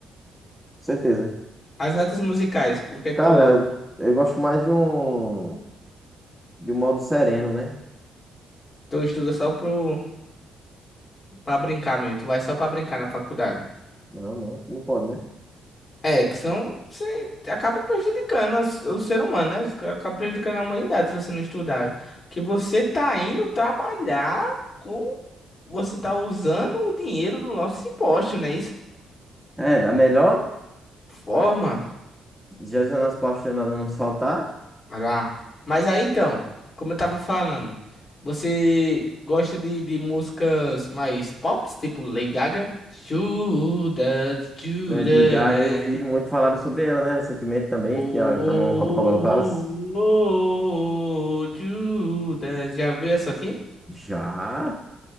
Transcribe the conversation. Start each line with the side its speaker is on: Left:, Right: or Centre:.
Centre: certeza.
Left: As notas musicais, o que é
Centre: Cara,
Left: que tu,
Centre: eu, eu gosto mais de um de um modo sereno, né?
Left: tu estuda só pro, pra brincar mesmo? Tu vai só pra brincar na faculdade.
Centre: Não, não, não pode, né?
Left: É, que senão você acaba prejudicando as- o ser humano, né? Você acaba prejudicando a humanidade se você não estudar. Que você tá indo trabalhar com. Você tá usando o dinheiro do nosso imposto, né? Isso
Centre: É, da melhor,
Left: forma.
Centre: Jesus nas Pastas Nada Não Saltar,
Left: Ará. Mas aí então, como eu tava falando, você gosta de, de músicas mais pop, tipo Lady Gaga? Judas, Judas,
Centre: né? De Gaga,
Left: né?
Centre: eu vi muito falaram sobre ela, né? Recentemente também,
Left: Oh,
Centre: que ela tá no Copacabana Palace.
Left: oh, oh, oh, Judas. Já viu essa aqui?
Centre: Já?